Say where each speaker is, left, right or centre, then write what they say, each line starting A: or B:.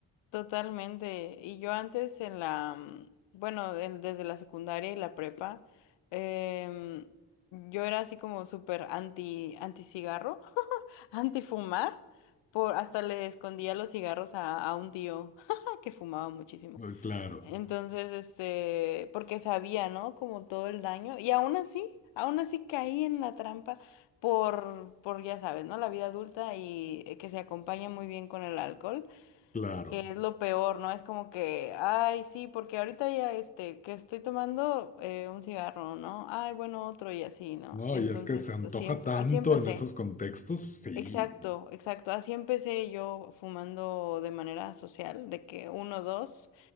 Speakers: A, on the left; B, on the left.
A: Totalmente. Y yo antes en la, mm, bueno, en- desde la secundaria y la prepa, em, yo era así como súper anti, anti cigarro, <laughs> anti fumar, por, hasta le escondía los cigarros a, a un tío <laughs> que fumaba muchísimo.
B: Eh, Claro,
A: Entonces, este, porque sabía, ¿no? Como todo el daño. Y aún así, aún así caí en la trampa por, por, ya sabes, ¿no? La vida adulta y eh, que se acompaña muy bien con el alcohol,
B: claro.
A: que es lo peor, ¿no? Es como que, ay, sí, porque ahorita ya, este, que estoy tomando eh, un cigarro, ¿no? Ay, bueno, otro y así, ¿no?
B: No,
A: Entonces,
B: y es que se antoja
A: así, empe-
B: tanto
A: así empecé.
B: en esos contextos, sí,
A: Exacto,
B: sí.
A: exacto. Así empecé yo fumando de manera social, de que uno, dos.